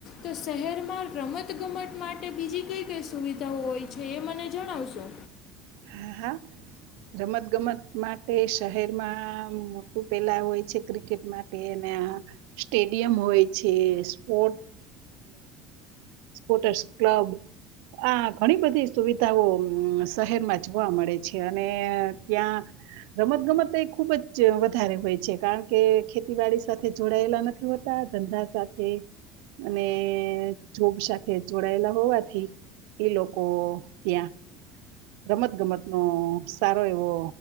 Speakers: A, on the left; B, on the right.
A: તો શહેરમાં રમત રતગમત માટે બીજી કઈ કઈ સુવિધાઓ હોય છે એ મને જણાવશો.
B: હા હા રમત ગમત માટે શહેરમાં મોટું પેલા હોય છે ક્રિકેટ માટે અને સ્ટેડિયમ હોય છે સ્પોટ સ્પોટસ ક્લબ આ ઘણી બધી સુવિધાઓ શહેરમાં જોવા મળે છે અને ત્યાં રમત ગમત એ ખુબ જ વધારે હોય છે કારણ કે ખેતીવાડી સાથે જોડાયેલા નથી હોતા ધંધા સાથે અને જોબ સાથે જોડાયેલા હોવાથી એ લોકો ત્યાં રમતગમતનોો સારો એવો